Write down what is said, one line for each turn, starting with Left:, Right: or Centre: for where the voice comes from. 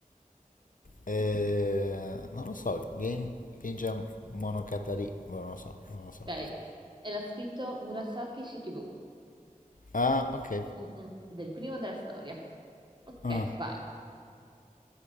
Left: Eh, non lo so. Gen- Genja Monogatari. Boh, Non lo so, non lo so.
Right: Ok, e l'ha scritto Murasaki Shikibu,
Left: Ah, ok.
Right: Mm-mm-mm, del primo della storia. Ok,
Left: Ah.
Right: vai,